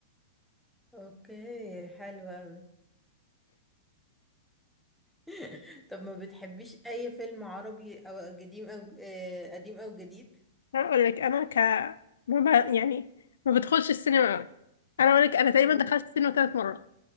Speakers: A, in the centre; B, on the left.
A: اوكي حلو أوي <laughs> طب ما بتحبيش اي فيلم عربي او قديم او آه، قديم او جديد <laughs>
B: أنا أقول لك أنا ك ما ب... يعني ما بدخلش السينما أوي أنا أقول لك أنا تقريبا
A: أو-
B: دخلت السينما ثلاث مرات